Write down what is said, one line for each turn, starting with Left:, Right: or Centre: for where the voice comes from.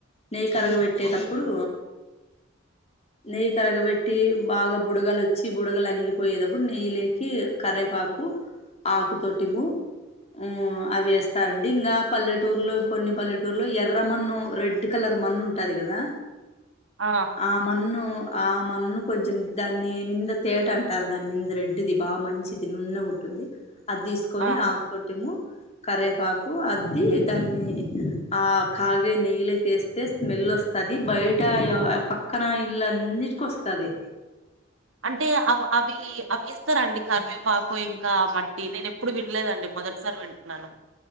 Left: నెయ్యి కరగబెట్టేటప్పుడు
Right: ఓకే
Left: నెయ్యి కరగబెట్టి బాగా బుడగలు వచ్చి బుడగలు అనిగిపోయేతప్పుడు నెయ్యి లేకి కరేపాకు ఆకుతోటిము ఉమ్మ్ అవేస్తారండి ఇంకా పల్లెటూరులో కొన్ని పల్లె టూర్లో ఎర్ర మన్ను రెడ్ కలర్ మన్ను ఉంటది కదా
Right: ఆ
Left: ఆ మన్ను ఆ మన్ను కొంచెం దాని మింద తేట అంటారు దాని మింద రెడ్డిది బాగా మంచి ది నున్నగ ఉంటుంది అది తీసుకు కొని
Right: ఆ
Left: ఆకు పొట్టిము కరవేపాకు అద్ది దాన్ని ఆ కాగే నెయ్యలకి వేస్తే స్మెల్ వస్తది బయట పక్కన ఇల్లంటికీ వస్త తది
Right: తే అవ అభి అవి ఇస్తారండి కరివేపాకు ఇంకా మట్టి నేను ఎప్పుడు వినలేదండి మొదటిసారి వింటున్నాను